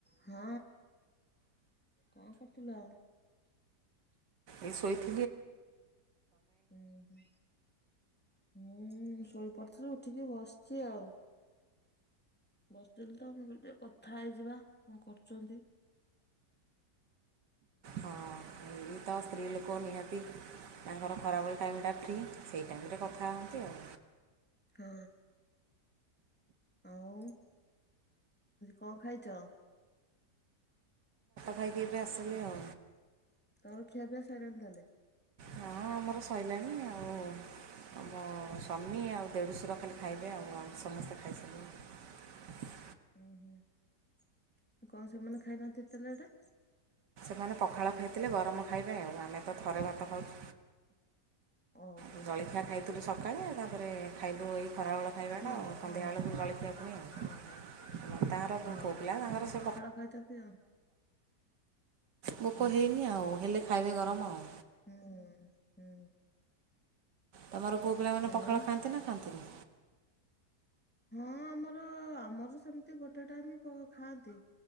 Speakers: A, in the centre; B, on the right (about 85°).
A: ହଁ। ଙ୍କ କରୁଥିଲ?
B: ଏଇ ଶୋଇଥି
A: ହୁଁ। ହୁଁ ଶୋଇପଡିଥିଲି, ଉଠିକି ବସିଛି ଆଉ। ବସିଥିଲି ତ, ମୁଁ କହିଲି ଟିକେ କଥା ହେଇଯିବା, କଣ କରୁଛନ୍ତି?
B: ହଁ ଏଇ ତ ସ୍ତ୍ରୀ ଲୋକ ନିହାତି ତାଙ୍କର ଖରାବେଳି ଟାଇମ୍ ଟା ଫ୍ରୀ, ସେଇ ଟାଇମରେ କଥା ହୁଅନ୍ତି ଆଉ
A: ହଁ ଆଉ। କଣ ଖାଇଛ?
B: ଭାଇକି ଏବେ ଆସେନି ଆଉ।
A: ତମର ଖିଆପିଆ ସଇଲାଣି ତାହେଲେ।
B: ହଁ ଆମର ସଇଲାଣି, ଆଉ ଆମ ସ୍ୱାମୀ ଆଉ ଦେଢ଼ୁଶୁର ଖାଲି ଖାଇବେ, ଆଉ ଆମ ସମସ୍ତେ ଖାଇସାରିଲୁଣି।
A: ଓୁଁ ହୁଁ କଣ ସେମାନେ ଖାଇନାହାନ୍ତି ଏତେ ଲେଟ୍?
B: ସେମାନେ ପଖାଳ ଖାଇଥିଲେ। ଗରମ ଖାଇବେ ଆଉ ଆମେ ତ ଥରେ ଭାତ ଖାଉଛୁ।
A: ଓହୋ ହଁ
B: ଆଉ ଜଳଖିଆ ଖାଇଥିଲୁ ସ ସକାଳେ ତାପରେ ଖାଇଲୁ ଏଇ ଖରାବେଳ ଖାଇବାଟା
A: ହଁ
B: ଆଉ ସନ୍ଧ୍ୟାବେଳକୁ
A: ହଁ ହଁ
B: ଜଳଖିଆ
A: ହଁ
B: ପୁଣି ଆଉ
A: ଓହୋ
B: ତାଙ୍କର
A: ହଁ
B: ପୁଅ ପିଲା
A: ସେମାନେ
B: ତାଙ୍କର ସେ
A: ପଖାଳ ଖାଇଛନ୍ତି ଆଉ।
B: ବୋକ
A: ଆଜ୍ଞା
B: ହେଇନି ଆଉ ହେଲେ ଖାଇବେ ଗରମ ଆଉ।
A: ହୁଁ ହୁଁ।
B: ତମର ପୁଅ ପିଲାମାନେ
A: ଆଉ
B: ପଖାଳ ଖାଆନ୍ତି ନା ଖାଆନ୍ତିନି?
A: ହଁ ଆମର ଆମର ସେମିତି ଗୋଟେ ଟାଇମ ଖାଆନ୍ତି।